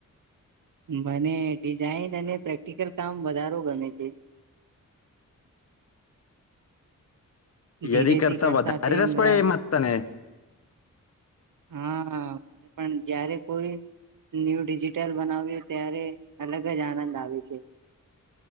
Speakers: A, on the right; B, on the left.
A: મને ડિઝાઈન અને પ્રેક્ટિકલ કામ વધારો ગમે છે
B: થિયરી
A: ધીરેથી કરતા
B: વધારે
A: તેમ
B: રસ પડે
A: ર
B: એમાં તને
A: હા પણ જયારે કોઈ ન્યૂ ડિજિટલ બનાવ્યું ત્યારે અલગ જ આનંદ આવે છે